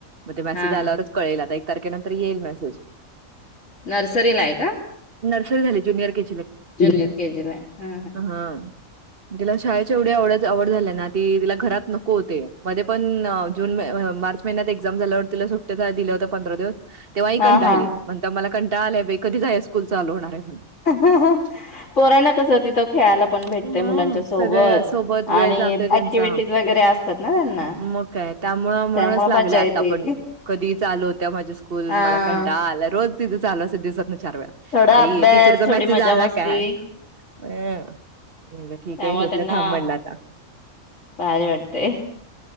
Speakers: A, on the right; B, on the left.
A: मग ते त मेसेज
B: हा
A: आल्यावरच आता एक तारखेनंतर येईल मेसेज
B: नर्सरी ला आहे का
A: नर्सरी झाली जुनियर के
B: ज्युनियर केजीला आहे हा
A: <unintelligible> तिला शाळेच्या एवढ्याव आवड झाल्या ना त तिला घरात मध्ये पण जून मार्च महिन्यात एक्झाम झाल्यावर तिला सु कुठ जायला दिला होता पंधरा दिवस तेव्हा ही
B: हा
A: कंटाळली
B: हा
A: म्हणता मला कं टाळ आलंय बाई कधीच हे स्कूल चालू होणाराय
B: <unintelligible> पोरांना कस तिथं खेळायला पण भेटतय
A: हा.
B: मुलांच्या सोबत
A: सगळे सोबत वेळ
B: आणि
A: जातोय त्यांचा
B: ऍक्टिव्हटीज वगैरे असतात ना त्यांना
A: मग काय त्यामुळं म्हणूनच
B: त्यामुळे
A: लागले
B: मज्जा
A: आता
B: येते.
A: पण कधी चालू होत्या माझ्या स्कूल
B: हा
A: मला कंटाळा आला रोज तिच चाल <unintelligible> चार वेळा
B: थोडा
A: आई
B: अभ्यास
A: टीचरचा
B: थोडी
A: मेसेज
B: मजा
A: आला
B: मस्ती
A: काय म्ह ठीक
B: त्यामुळे
A: आहे होत
B: त्यांना
A: थांब म्हणलं आता
B: भारी वाटतय